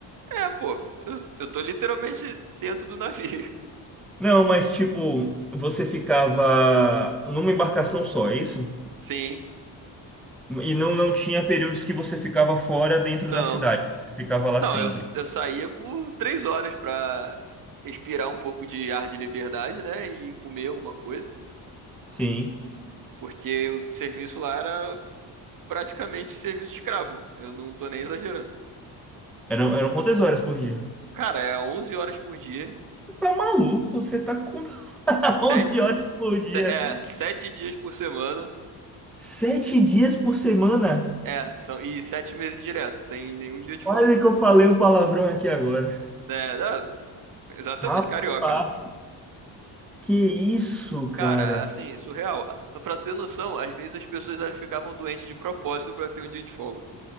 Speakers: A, on the right (about 45°); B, in the centre.
A: É, pô, eu, eu tô literalmente dentro do navio. <laughs>
B: Não, mas tipo, você ficava numa embarcação só, é isso?
A: Sim,
B: E não, não tinha períodos que você ficava fora dentro
A: não.
B: da cidade. Você Ficava lá
A: Não,
B: sempre.
A: eu, eu saía por três horas pra respirar um pouco de ar de liberdade, né? E comer alguma coisa.
B: Sim.
A: Porque o serviço lá era praticamente serviço escravo. Eu não tô nem exagerando.
B: Eram, eram quantas horas por dia?
A: Cara, é 11 horas por dia,
B: Você tá maluco? Você tá com <laughs> 11
A: sete,
B: horas por dia.
A: é, sete dias por semana,
B: Sete dias por semana?
A: é, são, e sete meses direto, sem nenhum dia de
B: Quase
A: folga.
B: que eu falei um palavrão aqui agora.
A: Né? Ah, Exatamente,
B: Rapaz,
A: carioca, né?
B: que isso, cara?
A: Cara, assim, surreal. Pra ter noção, às vezes as pessoas elas ficavam doentes de propósito pra ter um dia de folga.